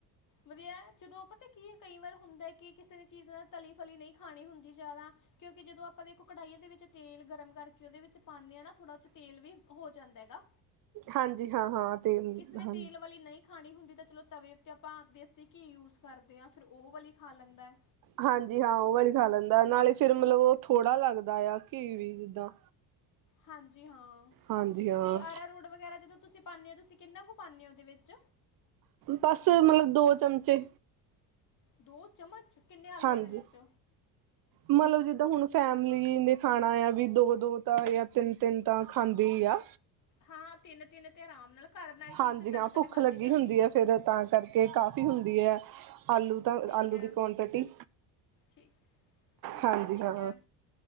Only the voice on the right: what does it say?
ਹਾਂਜੀ ਹਾਂ, ਹਾਂ ਤੇ
ਹਾਂ
ਹਾਂਜੀ ਹਾਂ ਉਹ ਵਾਲੀ ਖਾ ਲੈਂਦਾ। ਨਾਲੇ ਫਿਰ ਮਤਲਬ ਉਹ ਥੋੜ੍ਹਾ ਲੱਗਦਾ ਆ, ਕਿ ਵੀ ਜਿੱਦਾਂ
ਹਾਂਜੀ ਹਾਂ
ਬਸ ਮਤਲਬ ਦੋ ਚਮਚੇ।
ਹਾਂਜੀ
-ਮਤਲਬ ਜਿੱਦਾਂ ਹੁਣ ਫੈਮਿਲੀ ਨੇ ਖਾਣਾ ਆ ਵੀ ਦੋ- ਦੋ ਤਾਂ ਜਾਂ ਤਿੰਨ- ਤਿੰਨ ਤਾਂ ਖਾਂਦੇ ਹੀ ਆ।
ਹਾਂਜੀ
ਹਾਂ ਭੁੱਖ
ਲੱਗੀ
ਹੁੰਦੀ ਹੈ। ਫਿਰ ਤਾਂ ਕਰਕੇ ਕਾਫ਼ੀ ਹੁੰਦੀ ਹੈ। ਆਲੂ ਤਾਂ
ਆਲੂ
ਦੀ ਕੁਆਂਟਿਟੀ
ਹਾਂਜੀ
ਹਾਂ